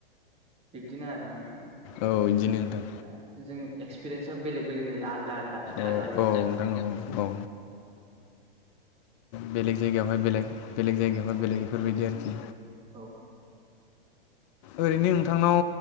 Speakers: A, on the right; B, on the left.
A: बिब्दिनो आरोना नोंथां।
B: औ बिदिनो नोंथां
A: दा जोंनि एक्सपिरियेन्सआ बेलेग बेलेग ज आलादा आलादा जायगा
B: औ
A: लायै
B: औ
A: जायगा।
B: नोंथां औ औ। बेलेग जायगायावहाय बेलेग बेलेग जायगायावहाय
A: औ
B: बेलेग बेफोरबायदि आरोखि।
A: औ
B: ओरैनो नोंथांनाव